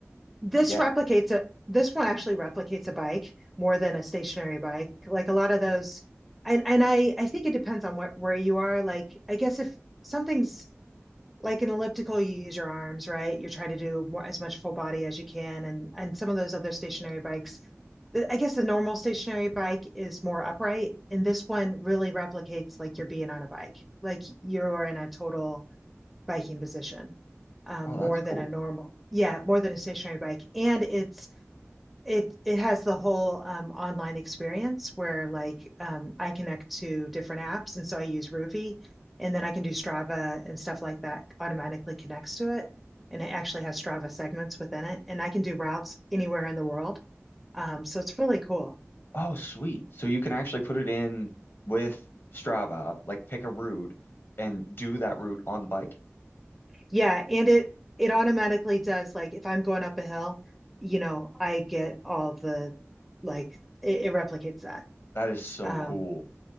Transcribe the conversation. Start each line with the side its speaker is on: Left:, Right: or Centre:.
Centre: this
Left: to get.
Centre: replicates a this one actually replicates a bike more than a stationary bike. Like a lot of those, and and I I think it depends on what where you are. Like I guess if something's like an elliptical, you use your arms, right? You're trying to do more, as much full body as you can, and and some of those other stationary bikes. I guess a normal stationary bike is more upright, and this one really replicates like you're being on a bike, like you're in a total biking position, um,
Left: Oh, that's
Centre: more than
Left: cool.
Centre: a normal, yeah, more than a stationary bike. And it's it it has the whole um, online experience where like um, I connect to different apps, and so I use Ruvi, and then I can do Strava and stuff like that. Automatically connects to it, and it actually has Strava segments within it, and I can do routes anywhere in the world. Um, so it's really cool.
Left: Oh, sweet. So you can actually put it in with Strava, like pick a route and do that route on the bike.
Centre: Yeah, and it it automatically does like if I'm going up a hill, you know, I get all the like it, it replicates that.
Left: That is so
Centre: Um
Left: cool.